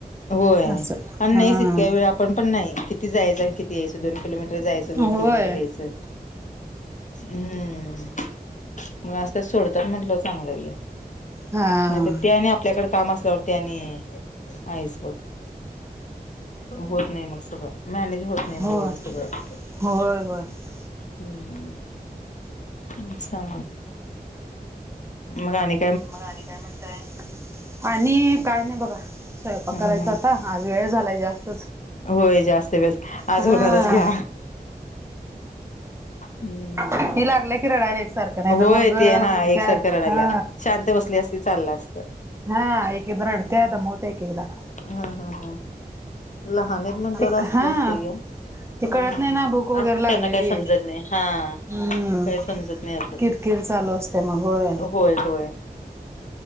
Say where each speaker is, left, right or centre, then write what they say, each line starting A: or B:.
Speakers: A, on the left; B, on the right.
A: होय
B: असं
A: आणि
B: हा
A: नाहीच इतक्या वेळ आपण पण नाही किती जायचं आणि किती यायचं दोन किलोमीटर. <unintelligible> जायचं दोन
B: होय
A: किलोमीटर यायचं. हम्म. मग <unintelligible> सोडत्यात म्हटलं चांगलं हे.
B: हा
A: नाहीतर ते आणि आपल्याकडे काम असल्यावर ते आणि आहेच बघ. होत नाही मग सगळं. मॅनेज होत नाही मग
B: होय
A: एवढं सगळं.
B: होय होय आणि
A: हम्म अ्छा मगाणी
B: मग आणि काय म्हणतय आणि काय नाही बघा स्वयंपाक
A: ह
B: करायचा
A: ह
B: आता आज वेळ झालाय जास्त
A: होय जास्त वेळ आज
B: हा
A: होणारच घ्या हम्म
B: ह लागलं की रडायला एकसारखं नाही तर
A: होय
B: मग
A: ते हा
B: उ्या
A: एकसारखं रडाल्या
B: ह
A: शांत बसली असती चाललं असतं
B: हा एककद्र अडतेयद मत येककदा
A: हा हा हा लहान एक म्हंटलंवर
B: ते
A: असं
B: हा
A: जा असतंय का
B: ते कळत
A: हम्म
B: नाही ना भूक वगैरे
A: अजून
B: लागलेली
A: त्यांना काही समजत
B: आहे
A: नाही हा
B: हम्म
A: काही समजत नाही अजून
B: किरकिर चालू असते मगय
A: होय होय